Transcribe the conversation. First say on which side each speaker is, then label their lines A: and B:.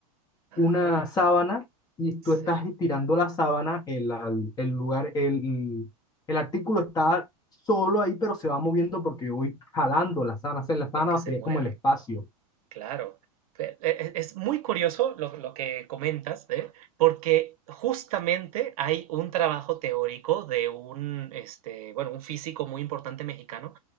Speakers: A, on the left (about 20°); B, on the right (about 65°).
A: una
B: ajá,
A: sábana y
B: sí,
A: tú estás estirando la sábana, el, al- el lugar, el, el artículo está solo ahí, pero se va moviendo porque yo voy jalando la sábana. O sea, la sábana
B: porque se
A: sería
B: mueve.
A: como el espacio.
B: Claro, Fe- e- e- es muy curioso lo, lo que comentas, ¿eh? Porque justamente hay un trabajo teórico de un, este, bueno, un físico muy importante mexicano